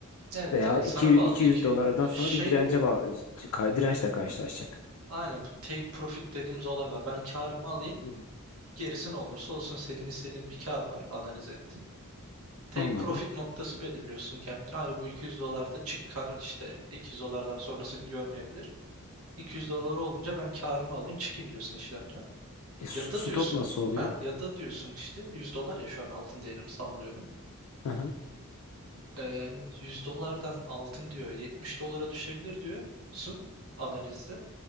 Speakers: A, on the right; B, on the left.
A: Evet
B: Veya
A: yani
B: iki-
A: sana bağlı.
B: 200
A: İki
B: dolardan sonra
A: şey
B: bir dirence
A: bu.
B: ba- ka- dirençle karşılaşacak.
A: Aynen bu take profit dediğimiz olay var. Ben kârımı alayım.
B: Hı.
A: Gerisi ne olursa olsun senin istediğin bir kar var analiz ettiğin. Tek
B: Anladım.
A: profit noktası belirliyorsun kendine. Hani bu 200 dolarda çık kar işte 200 dolardan sonrasını görmeyebilir. 200 dolar olunca ben karımı alayım çıkayım diyorsun işlemden.
B: E, s-
A: Ya da
B: stop
A: diyorsun
B: nasıl oluyor?
A: ha ya da diyorsun işte 100 dolar ya şu an altın değerim sallıyorum.
B: Hı hı.
A: Ee, 100 dolardan altın diyor 70 dolara düşebilir diyorsun analizde.